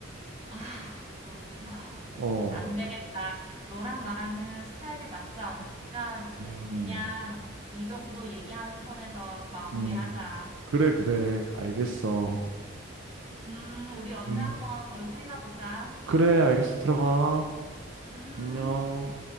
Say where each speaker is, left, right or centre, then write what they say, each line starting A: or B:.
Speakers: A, on the right (about 30°); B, on the right (about 75°).
A: 아, 그렇구나.
B: 어,
A: 안 되겠다.
B: 그,
A: 너랑 나랑은 스타일이 맞지 않으니까
B: 음,
A: 그냥 이 정도 얘기하는 선에서 마무리하자.
B: 음. 그래, 그래. 알겠어.
A: 음, 우리 언제
B: 음,
A: 한번 얼굴이나 보자.
B: 그래, 알겠어. 들어가.
A: 음,
B: 안녕.